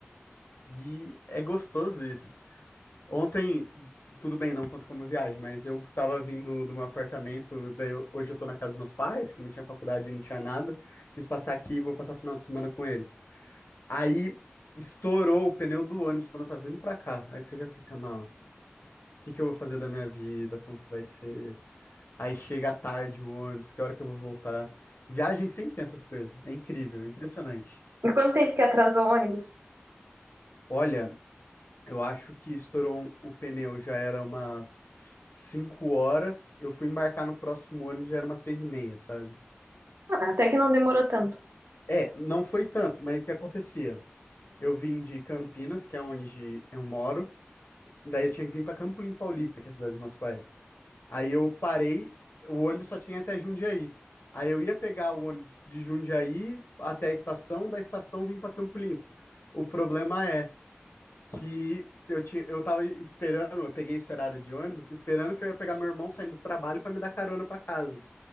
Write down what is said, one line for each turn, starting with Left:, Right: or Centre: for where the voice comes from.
Left: E é gostoso isso. Ontem, tudo bem, não conta como viagem, mas eu tava vindo do meu apartamento, daí eu- hoje eu tô na casa dos meus pais, que não tinha faculdade, não tinha nada, quis passar aqui e vou passar o final de semana com eles. Aí estourou o pneu do ônibus quando eu tava vindo pra cá. Aí você já fica, nossa, o que que eu vou fazer da minha vida? Como que vai ser? Aí chega tarde o ônibus, que hora que eu vou voltar? Viagem sempre tem essas coisas. É incrível, é impressionante.
Right: E quanto tempo que atrasou o ônibus?
Left: Olha, eu acho que estourou um- o pneu, já era umas 5 horas. Eu fui embarcar no próximo ônibus, já era umas 6 e meia, sabe?
Right: Até que não demorou tanto.
Left: É, não foi tanto, mas o que acontecia? Eu vim de Campinas, que é onde eu moro. Daí eu tinha que vir para Campolim Paulista, que é a cidade dos meus pais. Aí eu parei, o ônibus só tinha até Jundiaí. Aí eu ia pegar o ônibus de Jundiaí até a estação, da estação vim para Campo Limpo. O problema é que eu tinha, eu tava esperando, eu peguei esse horário de ônibus, esperando que eu ia pegar meu irmão saindo do trabalho para me dar carona para casa.